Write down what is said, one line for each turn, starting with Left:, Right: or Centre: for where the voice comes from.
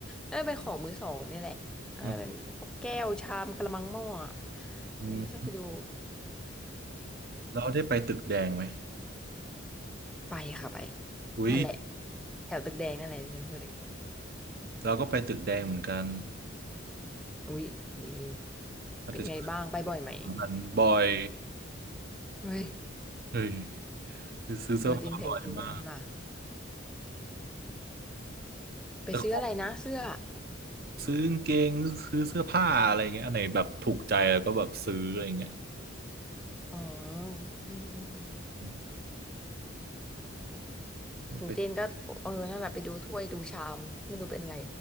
Centre: น่าจะเป็นของมือสองเนี่ยแหละน่าจะเป็นพวกแก้วชามกะละมังหม้ออะ
Right: อืมอืม
Centre: เออชอบไปดู
Right: แล้วได้ไปตึกแดงไหม
Centre: ไปค่ะไป
Right: อุ้ย
Centre: นั่นแหละแถวตึกแดงนั่นแหละที่ฉันพูดถึง
Right: เราก็ไปตึกแดงเหมือนกัน
Centre: อุ๊ยดี
Right: อาจจะ
Centre: เป็นไงบ้างไปบ่อยไหม
Right: สำคัญบ่อย
Centre: เฮ้ย
Right: เฮ้ยคือซื้อเสื้อผ้าบ่อยมาก
Centre: ตัวจริงเสียงจริงเลยนี่ว่ะไปซื้ออะไรนะเสื้อ
Right: แต่ของซื้อกางเกงซื้อเสื้อผ้าอะไรเงี้ยอันไหนแบบถูกใจแล้วก็แบบซื้ออะไรเงี้ย
Centre: อ๋ออืมอืมอืม
Right: อืมก็ไป
Centre: ของเจนก็เออนั่นแหละไปดูถ้วยดูชามไม่รู้เป็นอะไร